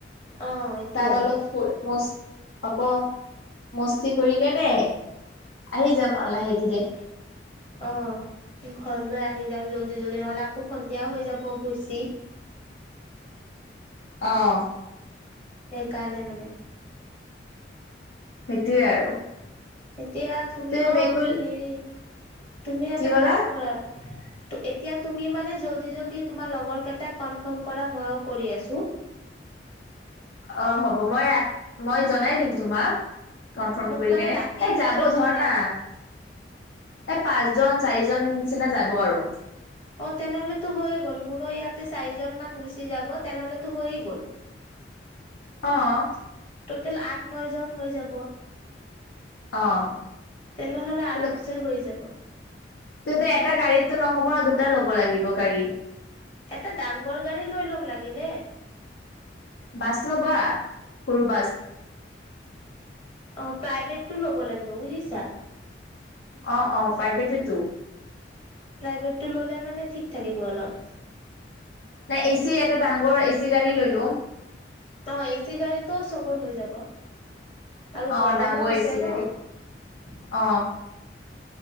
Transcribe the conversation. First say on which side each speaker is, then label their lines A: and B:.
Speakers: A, on the left (about 30°); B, on the left (about 80°).
A: অ', এইটোয়ে
B: তাত অলপ ফুৰ মছ আকৌ মস্তি কৰি কেনে আহি যাম লাহে ধীৰে।
A: অ', ঘৰলৈ আহি যাম জল্দি জল্দি নহ'লে আকৌ সন্ধিয়া হৈ যাব। খুচি
B: অহ।
A: সেইকাৰণে মানে।
B: সেইটোৱে আৰু।
A: এতিয়া তুমিও
B: তুমি বেংগল
A: হেৰি তুমি এটা
B: কি ক'লা
A: কাম কৰাৰ এতিয়া তুমি মানে জল্দি জল্দি তোমাৰ লগৰ কেইটাক, কনফাৰ্ম কৰা ময়ো কৰি আছোঁ।
B: অ', হ'ব মই ৰাত, মই জনাই দিম তোমাক। কনফৰ্ম
A: মোক
B: কৰি
A: মানে
B: কেনে,
A: ৰাতিৰ
B: এ
A: ভিতৰত
B: যাব ধৰা
A: জনাই
B: না।
A: দিবা।
B: পাঁচজন, চাৰিজন নিচিনা যাব আৰু।
A: অ', তেনেহ'লেতো হৈয়ে গ'ল মোৰো ইয়াতে চাৰিজন মান গুচি যাব তেনেহ'লেতো হৈয়ে গ'ল।
B: অহ।
A: ট'টেল আঠ নই জন হৈ যাব।
B: অ'।
A: তেনেহ'লে আৰামছে
B: কিন্তু
A: হৈ যাব।
B: কিন্তু এটা গাড়ীতটো নহ'ব, দুটা ল'ব লাগিব গাড়ী।
A: এটা ডাঙৰ গাড়ী লৈ ল'ম লাগিলে।
B: বাছ ল'বা সৰু বাছ
A: অ প্ৰাইভেটটো ল'ব লাগিব বুজিছা।
B: অ, অ প্ৰাইভেট টো।
A: প্ৰাইভেটটো ল'লে মানে ঠিক থাকিব অলপ।
B: নাই এচি এটা ডাঙগৰ এচি গাড়ী লৈ লোৱা।
A: অ এচি গাড়ীটো চবৰ হৈ যাব। আৰু
B: অ
A: গৰমো
B: ডাঙৰ এ
A: আছে
B: চি গাড়ী
A: ন।
B: অ